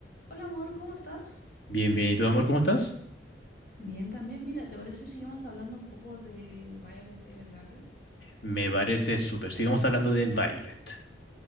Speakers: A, on the left; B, on the left.
A: Hola amor, ¿cómo estás?
B: Bien, bien. ¿Y tú, amor, cómo estás?
A: Bien, también, mira, ¿te parece si seguimos hablando un poco de Violet Evergarden?
B: Me parece súper. Sigamos hablando de Violet.